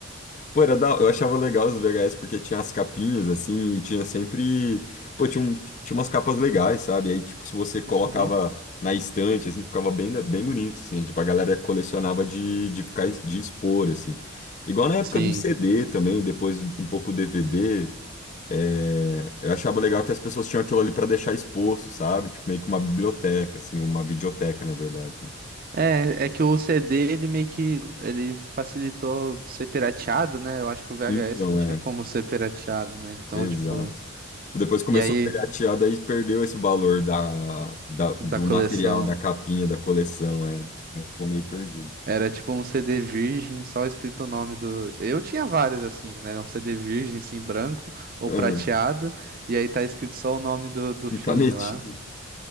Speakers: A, on the left (about 35°); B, on the right (about 45°).
A: Pô, era da... eu achava legal os VHS porque tinha as capinhas, assim, e tinha sempre. Pô, tinha, um- tinha umas capas legais, sabe? Aí, tipo, se você colocava
B: Uhum.
A: na estante, assim, ficava bem, bem bonito, assim. Tipo, a galera colecionava de, de ficar, de expor, assim. Igual na época
B: Sim.
A: do CD também, depois um pouco DVD. é, Eu achava legal que as pessoas tinham aquilo ali pra deixar exposto, sabe? Tipo, meio que uma biblioteca, assim, uma videoteca, na verdade, né?
B: É, é que o CD ele meio que ele facilitou ser pirateado, né? Eu acho que o VHS
A: Então,
B: não tinha
A: é.
B: como ser pirateado, né? Então,
A: Exato.
B: tipo,
A: Tipo, depois começou
B: e aí
A: a piratear, daí perdeu esse valor da, da-
B: da
A: do
B: coleção
A: material, da capinha, da coleção. É, ficou meio perdido.
B: Era tipo um CD virgem, só escrito o nome do. Eu tinha vários assim, né? Um CD virgem, assim, branco ou
A: Aham.
B: prateado, e aí tá escrito só o nome do, do filme
A: E canetinha.
B: lá.